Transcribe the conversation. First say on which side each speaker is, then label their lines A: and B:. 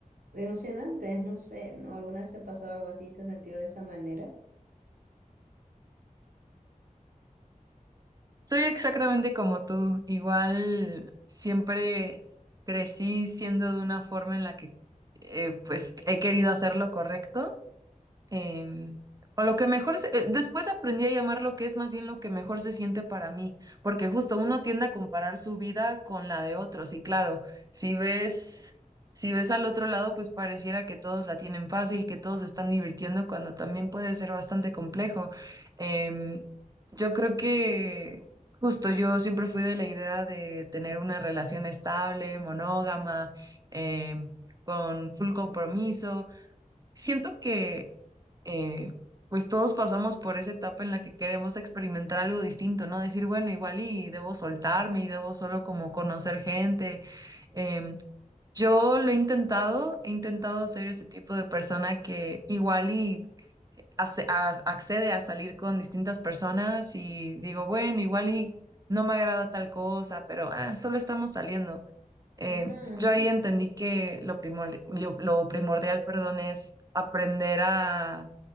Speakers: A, on the right; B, on the right.
A: emocionantes, no sé, ¿no? ¿Alguna vez te ha pasado algo así? ¿Te has sentido de esa manera?
B: Soy exactamente como tú, igual siempre crecí siendo de una forma en la que eh, pues he querido hacer lo correcto. em, o lo que mejor, se- eh, después aprendí a llamar lo que es más bien lo que mejor se siente para mí, porque justo uno tiende a comparar su vida con la de otros y claro, si ves, si ves al otro lado, pues pareciera que todos la tienen fácil, que todos se están divirtiendo, cuando también puede ser bastante complejo. Em, yo creo que justo yo siempre fui de la idea de tener una relación estable, monógama, em, con full compromiso. Siento que eh, pues todos pasamos por esa etapa en la que queremos experimentar algo distinto, ¿no? Decir, bueno, igual y debo soltarme y debo solo como conocer gente. Em, yo lo he intentado, he intentado ser ese tipo de persona que igual y hace- a- accede a salir con distintas personas y digo, bueno, igual y no me agrada tal cosa, pero ah, solo estamos saliendo. Eh,
A: Ujú,
B: yo ahí entendí que lo primordial, lo lo primordial, perdón, es aprender a,